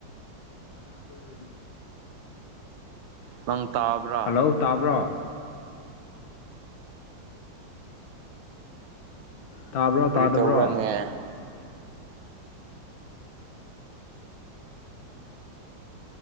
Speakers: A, on the left; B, on the right.
A: ꯎꯝ
B: ꯅꯪ ꯇꯥꯕ꯭ꯔꯥ
A: ꯍꯜꯂꯣ ꯇꯥꯕ꯭ꯔꯣ ꯇꯥꯕ꯭ꯔꯣ ꯇꯥꯗꯕ꯭ꯔꯣ
B: ꯀꯔꯤ ꯇꯧꯕ꯭ꯔꯥꯅꯦ